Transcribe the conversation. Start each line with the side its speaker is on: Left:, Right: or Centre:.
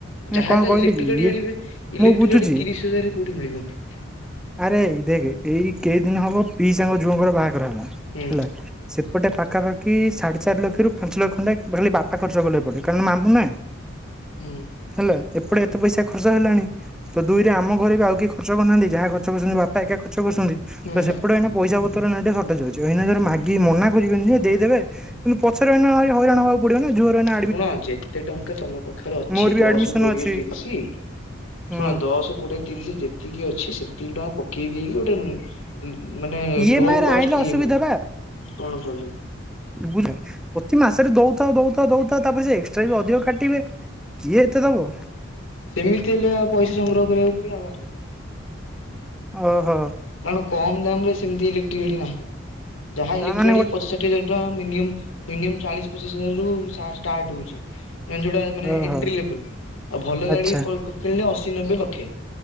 Centre: ନାଇଁ
Left: ଯାହା
Centre: କଣ
Left: ହେଲେ
Centre: କହିଲେ
Left: ଇଲେକ୍ଟ୍ରି
Centre: କି
Left: ଗାଡ଼ି
Centre: ଇଏ
Left: ଆଣିବେ ଇଲେକ୍ଟ୍ରି
Centre: ମୁଁ ବୁଝୁଛି
Left: ଗାଡ଼ି ତିରିଶ ହଜାରରେ କୋଉଠି ମିଳିବନି।
Centre: ଆରେ ଦେଖେ ଏଇ କେଇ ଦିନି ହବ ପିଇଶାଙ୍କ ଝୁଅଙ୍କର ବାହାଘର ହେଲା
Left: ହୁଁ
Centre: ହେଲା। ସେପଟେ ପାଖାପାଖି ସାଢ଼େ ଚାରିଲକ୍ଷରୁ ପାଞ୍ଚଲ ଖଣ୍ଡେ ଖାଲି ବାପା ଖର୍ଚ୍ଚ କଲେ ଏପଟେ କାରଣ ମାମୁଁ ନାଁ।
Left: ଉଁ।
Centre: ହେଲା ଏପଟେ ଏତେ ପଇସା ଖର୍ଚ୍ଚ ହେଲାଣି। ତ ଦୁଇରେ ଆମ ଘରେ ବି ଆଉ କିଏ ଖର୍ଚ୍ଚ କରନାହାନ୍ତି ଯାହା ଖର୍ଚ୍ଚ କରିଛନ୍ତି ବାପା ଏକା ଖର୍ଚ୍ଚ କରିଛନ୍ତି
Left: ହୁଁ
Centre: ତ ସେପଟେ ଏଇନା ପଇସା ପ ତର ନାହିଁ ଦେ ହଟା ଯାଉଚୁ ଏଇନା ଧର ମାଗି ମନା କରିବେନି ଯେ ଦେଇଦେବେ କିନ୍ତୁ ପଛରେ ଏନା ଭାଇ ହଇରାଣ ହବାଉ ପଡ଼ିବ ନା ଜୋରେନା
Left: ଶୁଣ ଯେତେ ଟଙ୍କା ତମ ପାଖରେ ଅଛି
Centre: ମୋର ବି
Left: ଦଶ
Centre: ଆଡମିସନ
Left: କୋଡ଼ିଏ
Centre: ଅଛି
Left: ତିରିଶି
Centre: ହୁଁ
Left: ଶୁଣ ଦ ଦଶ କୋଡ଼ିଏ ତିରିଶ ଯେତିକି ଅଛି ସେତିକି ଟଙ୍କା ପକେଇ ଦେଇକି ଗୋଟେ ଉଁ ଉଁ ମାନେ
Centre: ଇଏମଆଇ
Left: ଲୋ
Centre: ରେ
Left: କଷ୍ଟ
Centre: ଆଣିଲେ
Left: ଇ
Centre: ଅସୁବିଧା
Left: ଏମ୍ ଆଇ କଣ ପ୍ରୋବଲେମ୍?
Centre: ବୁ ବୁଝା ପ୍ରତି ମାସରେ ଦଉଥାଅ ଦଉଥାଅ ଦଉଥାଅ ତାପରେ ସେ ଏକ୍ସଟ୍ରା ବି ଅଧିକ କାଟିବେ। କିଏ ଏତେ ଦବ?
Left: ସେମିତି ହେଲେ ଆଉ ପଇସା ସଂଗ୍ରହ କରିବାକୁ ପଡ଼ିବ ଆଉ ବାଟ ନାହିଁ।
Centre: ଅହ।
Left: କାରଣ କମ୍ ଦାମ୍ ରେ ସେମତି ଇଲେକ୍ଟ୍ରା ନାହିଁ ଯାହା
Centre: ତା
Left: ଇଲେକ୍ଟ୍ରି
Centre: ମାନେ
Left: ଗାଡ଼ି
Centre: ଗୋଟେ
Left: ପଚା ଷା ଠିଏ ହଜାର ଟଆଁ ମିନିଅମ୍ ମିନିଅମ୍ ଚାଳିଶ ପଚାଶ ହଜାରରୁ ସା ଷ୍ଟାଟ୍ ହଉଚି। <unintelligible> ଯୋଉଟା ମାନେ
Centre: ଓହୋ
Left: ଏଣ୍ଟ୍ରି ଲେବୁଲ୍ ଅ ଭଲ
Centre: ଆଚ୍ଛା
Left: ଗାଡି ପ କିଣିଲେ ଅଶି ନବେ ଲକ୍ଷେ।